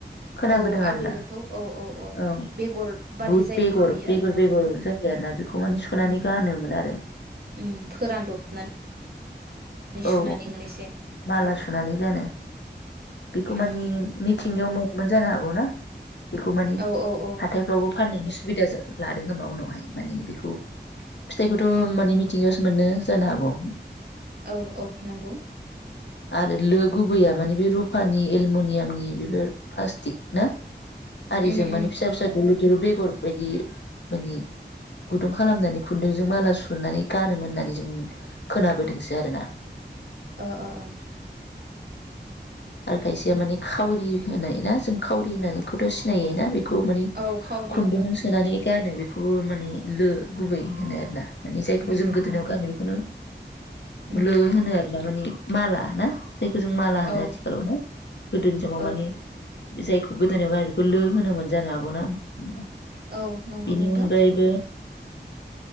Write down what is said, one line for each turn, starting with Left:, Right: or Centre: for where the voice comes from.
Left: खोनाबोदों
Right: औ
Left: आरोना
Right: आबै लोखौ औ
Left: औ
Right: बेगर बादि
Left: बुद
Right: जायोमोन
Left: बेगर
Right: बियो
Left: बेगर
Right: औ
Left: बेगर जायो आरोना बेखौ माने सुनानै
Right: उम
Left: गानोमोन आरो
Right: उम फोरानदबनानै सुनानै
Left: औ
Right: एसे
Left: माला
Right: औ
Left: सुनानै गानो बेखौ मानिे
Right: औ
Left: मिथिंगायाव जानो हागौ ना? बेखौ माने
Right: औ औ
Left: हाथायफ्रावबो फानैनोसो सुबिदा लादों खोमा उनावहाय माने बेखौ फिथाइखौथ' माने मिथिंगायावसो मोनो जानो हागौ।
Right: औ औ नंगौ
Left: आरो लो गुबैया माने बे रुफानि एलुमिनियामनि बेफोर प्लास्टिक ना। आरिजों
Right: उम उम
Left: माने फिसा फिसा दुलुर दुलुर बेगर बायदि माने गुदुं खालामनानै खुन्दुंजों माला सुनानै गानोमोन होननानै जों खोनाबोदोंसो आरो ना।
Right: अ अ अ
Left: आ खायसेया माने खावरि होनाय ना जों खावरि होननायखौथ' सिनायो ना बे खौ माने
Right: औ खावरि
Left: खुन्दुंजों
Right: औ
Left: सोनानै गानो बे बेखौ माने लो गुबै होनो आरोना। माने जायखौ
Right: उम
Left: जों
Right: उम
Left: गोदोनायाव
Right: उम उम
Left: गानो बेखौनो
Right: उम
Left: लो होनो आरोना माने माला ना। जायखौ जों माला होनो
Right: औ
Left: आथि गोदोनि जाव माने
Right: औ
Left: जायखौ गोदोनायाव गानो बेखौ लो होनोमोन। जानो हागौ ना उम
Right: औ नंगौ
Left: बेनि
Right: नोंथां
Left: अनगायैबो